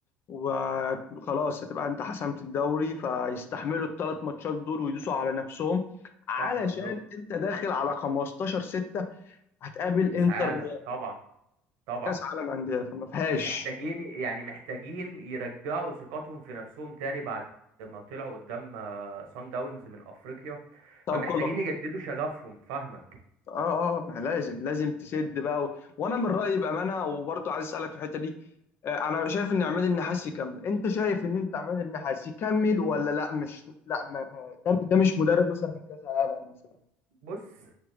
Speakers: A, on the left; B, on the right.
A: وخلاص هتبقى انت حسمت الدوري فيستحملوا الثلاث ماتشات دول ويدوسوا على نفسهم علشان
B: صح بالظبط
A: انت داخل على 15 6 هتقابل
B: كاس
A: انتر
B: عالم
A: ميامي
B: طبعا طبعا
A: كاس عالم انديه فما فيهاش
B: محتاجين يعني محتاجين يرجعوا ثقتهم في نفسهم تاني بعد ما طلعوا قدام سان داونز من افريقيا
A: طب
B: فمحتاجين
A: كله
B: يجددوا شغفهم فاهمك
A: اه اه ما لازم لازم تسد بقى و... وانا من رايي بامانه وبرضه عايز اسالك في الحته دي آه، انا شايف ان عماد النحاس يكمل انت شايف ان انت عماد النحاس يكمل ولا لا مش لا ما... ما- ده ده مش مدرب مثلا كاس عالم مثلا
B: بص